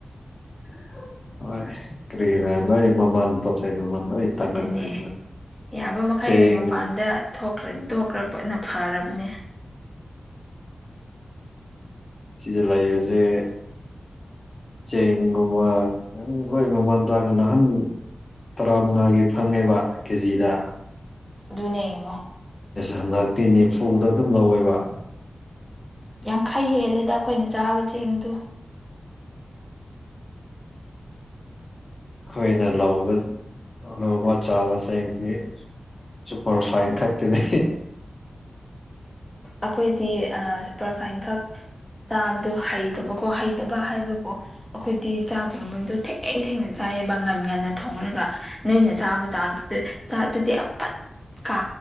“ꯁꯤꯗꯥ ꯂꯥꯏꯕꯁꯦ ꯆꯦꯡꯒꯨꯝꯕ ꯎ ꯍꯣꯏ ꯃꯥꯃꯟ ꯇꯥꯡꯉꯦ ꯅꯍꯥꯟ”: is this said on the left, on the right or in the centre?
Left